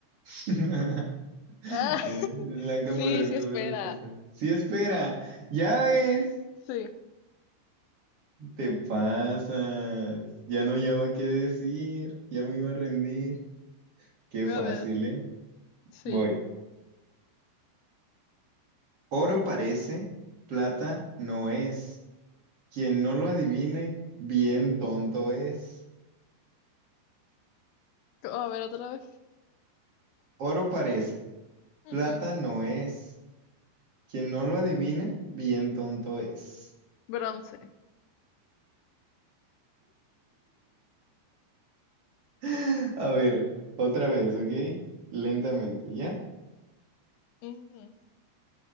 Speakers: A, on the right; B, on the left.
A: <laughs>
B: Ah, <laughs>
A: Es blanca
B: sí,
A: por dentro,
B: sí, espera.
A: verde por fuera. Sí, espera. Ya ves.
B: Sí,
A: Te pasas. Ya no llevaba qué decir. Ya me iba a rendir. Qué
B: a
A: fácil,
B: ver,
A: ¿eh?
B: sí.
A: Voy. Oro parece, plata no es. Quien no lo adivine, bien tonto es.
B: Co- A ver, otra vez.
A: Oro parece,
B: Ujú,
A: plata no es. Quien no lo adivine, bien tonto es.
B: Bronce.
A: <laughs> A ver, otra vez, ¿ok? Lentamente, ¿ya?
B: Ujú.